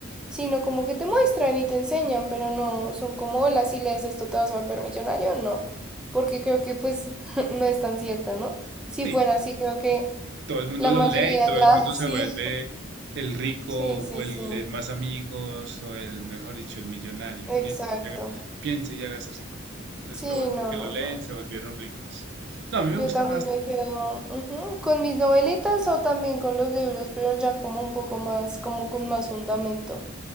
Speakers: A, in the centre; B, on the right.
A: sino como que te muestran y te enseñan, pero no son como, hola, si lees esto te vas a volver millonario, no, porque creo que pues <laughs> no es tan cierta, ¿no? Si
B: sí.
A: fuera así, creo que
B: todo el mundo
A: la
B: lo
A: mayoría
B: lee y todo
A: ya,
B: el mundo
A: <laughs> sí,
B: se vuelve el rico
A: sí,
B: o
A: sí,
B: el
A: sí,
B: de más amigos o el, mejor dicho, el millonario.
A: exacto.
B: Piense y haga- piense y hágase rico. Entonces
A: Sí,
B: todos los
A: no,
B: que
A: no,
B: lo leen
A: no.
B: se volvieron ricos. No, a mí me
A: Yo
B: gusta
A: también
B: más.
A: me quedo ujú, con mis novelitas o también con los libros, pero ya como un poco más, como con más fundamento.